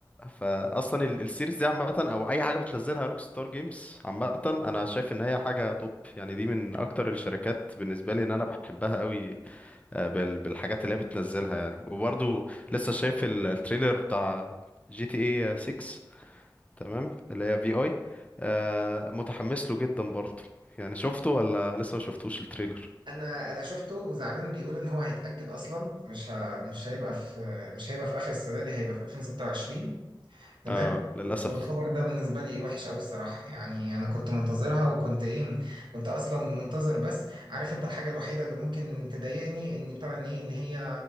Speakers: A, on the left (about 15°); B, on the right (about 70°).
A: فاصلا ال... السيريز دي عامة او اي حاجة بتنزلها روك ستار جيمز عامة انا شايف ان هي حاجة توب يعني دي من اكتر الشركات بالنسبة لي ان انا بحبها قوي آه، بال... بالحاجات اللي هي بتنزلها يعني وبرضو لسه شايف ال- التريلر بتاع جي تي اي 6 تمام اللي هي في اي آه متحمس له جدا برضه يعني شفته ولا لسه ما شفتوش التريلر
B: انا انا شفته وزعلان بيقول ان هو هيتاجل اصلا مش ه... مش هيبقى في مش هيبقى في اخر السنه دي هيبقى في 2026 تمام
A: اه للاسف
B: والخبر ده بالنسبة لي وحش قوي الصراحة يعني أنا كنت منتظرها وكنت إيه كنت أصلا منتظر بس عارف أنت الحاجة الوحيدة اللي ممكن تضايقني إن بتاع إن إيه إن هي